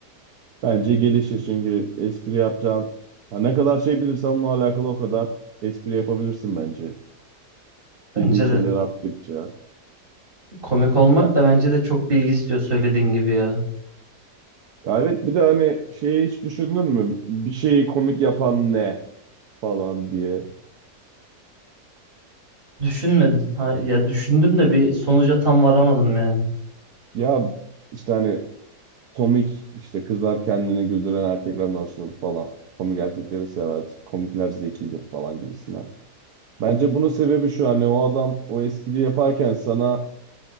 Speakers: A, on the right (about 70°); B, on the right (about 30°).
A: Bence gelişir çünkü espri yapacağın ha ne kadar şey bilirsen onunla alakalı o kadar espri yapabilirsin bence.
B: Bence
A: Bildiğin şeyler
B: de.
A: arttıkça.
B: Komik olmak
A: Ya,
B: da bence de çok bilgi istiyor söylediğin gibi ya.
A: ya evet bir de hani şeyi hiç düşünür mü? Bir şeyi komik yapan ne falan diye.
B: Düşünmedim. Ha, ya düşündüm de bir sonuca tam varamadım yani.
A: Ya işte hani komik işte kızlar kendini güldüren erkeklerden hoşlanır falan. Komik erkekleri sever. Komikler zekidir falan gibisine. Bence bunun sebebi şu hani o adam o espriyi yaparken sana